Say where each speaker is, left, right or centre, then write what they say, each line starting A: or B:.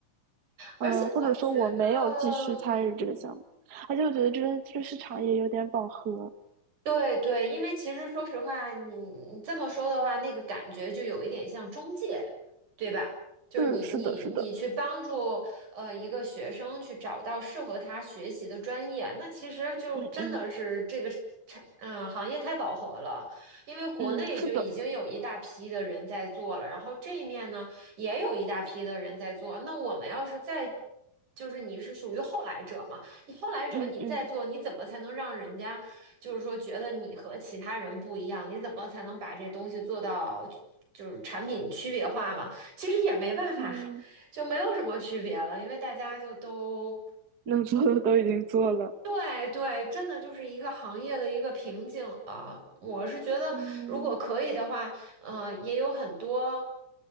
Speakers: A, on the right (about 65°); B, on the right (about 40°).
A: 而且我觉得，
B: 嗯，或者说我没有继续参与这个项目，
A: 嗯，
B: 而且我觉得这个这个市场也有点饱和。
A: 对对，因为其实说实话，你你这么说的话，那个感觉就有一点像中介，对吧？就是你你你去帮助呃一个学生去找到适合他学习的专业，
B: 是是的，是的，
A: 那其实就真的是这个产嗯行业太饱和了，
B: 嗯嗯
A: 因为国内就已经有一大批的人在做了，
B: 嗯是的，
A: 然后这一面呢也有一大批的人在做，那我们要是再就是你是属于后来者嘛？你后来者你再做，
B: 嗯嗯
A: 你怎么才能让人家就是说觉得你和其他人不一样？你怎么才能把这东西做到就是产品区别化嘛？其实也没办法，
B: 嗯
A: 就没有什么区别了，因为大家就都
B: 能做的都已经做了。
A: 对对，真的就是一个行业的一个瓶颈了。我是觉得，
B: 嗯
A: 如果可以的话，嗯、也有很多